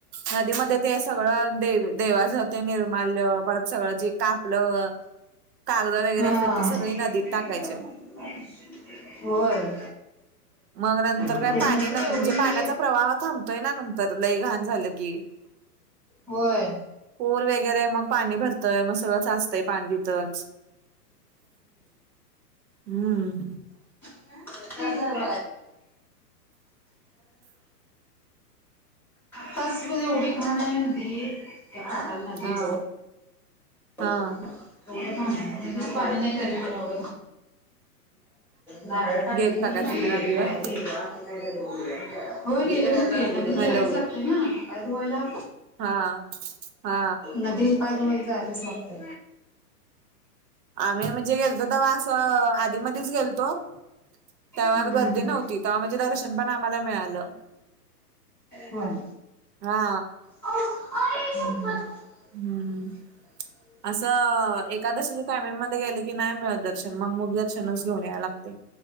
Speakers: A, on the right; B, in the centre.
A: नदीमध्ये ते सगळं दे देवाच ते निर्माण परत. सगळं जे कापलं कागद वगैरे
B: हा.
A: असतात
B: <unintelligible>
A: ती सगळी नदीत टाकायची
B: होय.
A: मग नंतर
B: ते
A: काय पाणी म्हणजे
B: तर एवढी
A: पाण्याचा प्रवाह थांबतोय ना नंतर लईघाण झालं की.
B: होय.
A: पुर वगैरे मग. पाणी भरतंय मग सगळं साचतंय पाणी तथ. हम्म.
B: ला. <unintelligible> आताच एवढी घाण आहे नदी त्या खटण नदी
A: हा
B: जवळ.
A: हा
B: लयी घाण पाणी नाही तरी पणव. नारळ टाकलेली
A: गेलता का तुम्ही नदीवर
B: काय ते आणि काय म्हणतात त्याला हो गेलेले की
A: हॅलो
B: जायलाच लागत ना बायरुवायला.
A: हा हा
B: नदीत पाय धुयाला जायलाच लागते
A: आम्ही म्हणजे गेलतो तवा अस आधी मधच गेलतो त्याव्हा
B: हम्म,
A: गर्दी
B: हम्म,
A: नव्हती तेव्हा म्हणजे दर्शन पण आम्हाला मिळालं
B: होय
A: हा
B: आ आई शप्पथ <inaudible>
A: हम्म असं एकादशीच्या टायमिंग मध्ये गेले की नाही मिळत दर्शन मग मग दर्शनच घेऊन यायला लागते.